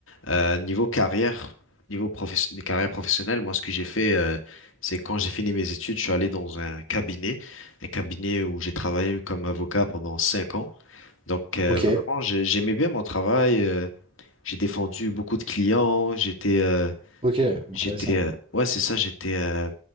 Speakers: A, on the left; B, on the right.
A: Euh, niveau carrière, niveau profession- carrière professionnelle, moi, ce que j'ai fait, euh, c'est quand j'ai fini mes études, je suis allé dans un cabinet, un cabinet où j'ai travaillé comme avocat pendant cinq ans. Donc, euh,
B: Ok,
A: vraiment, j'ai- j'aimais bien mon travail. euh, j'ai défendu beaucoup de clients. J'étais, euh,
B: ok, intéressant.
A: j'étais, euh, ouais, c'est ça, j'étais. euh,